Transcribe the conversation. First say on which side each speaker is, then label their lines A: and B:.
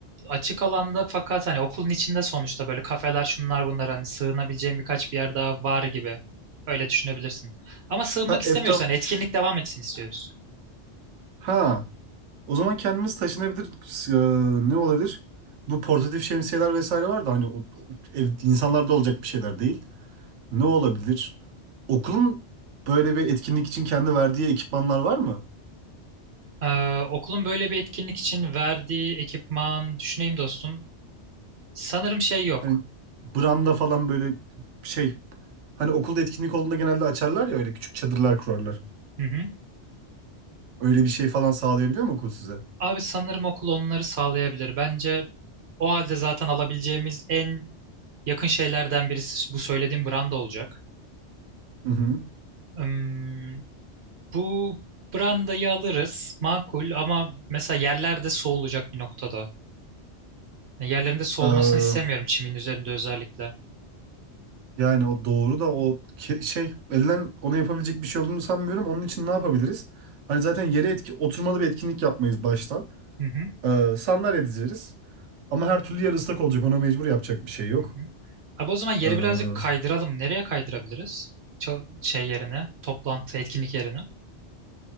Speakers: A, on the right; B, on the right.
A: açık alanda fakat hani okulun içinde sonuçta böyle kafeler şunlar bunlar hani sığınabileceğim birkaç bir yer daha var gibi. Öyle düşünebilirsin. Ama sığınmak
B: Ha
A: istemiyoruz.
B: etraf.
A: Hani etkinlik devam etsin istiyoruz.
B: Ha. O zaman kendimiz taşınabilir eee, ne olabilir? Bu portatif şemsiyeler vesaire var da hani o, o ev, insanlarda olacak bir şeyler değil. Ne olabilir? Okulun böyle bir etkinlik için kendi verdiği ekipmanlar var mı?
A: Ee, okulun böyle bir etkinlik için verdiği ekipman düşüneyim dostum. Sanırım şey yok.
B: Hani branda falan böyle şey hani okulda etkinlik olduğunda genelde açarlar ya öyle küçük çadırlar kurarlar.
A: Hı hı.
B: Öyle bir şey falan sağlayabiliyor mu okul size?
A: Abi sanırım okul onları sağlayabilir. Bence o halde zaten alabileceğimiz en yakın şeylerden birisi bu söylediğim branda olacak.
B: Hı
A: Hmm, bu brandayı alırız makul ama mesela yerlerde su olacak bir noktada. Yani yerlerinde su
B: hı.
A: olmasını istemiyorum çimin üzerinde özellikle.
B: Yani o doğru da o ke- şey elden ona yapabilecek bir şey olduğunu sanmıyorum. Onun için ne yapabiliriz? Hani zaten yere etki oturmalı bir etkinlik yapmayız baştan.
A: Hı hı.
B: Ee, sandalye dizeriz. Ama her türlü yer ıslak olacak. Ona mecbur yapacak bir şey yok.
A: Hı hı. Abi o zaman yeri
B: Ee,
A: birazcık kaydıralım. Nereye kaydırabiliriz? Ço- şey yerine, toplantı, etkinlik yerine.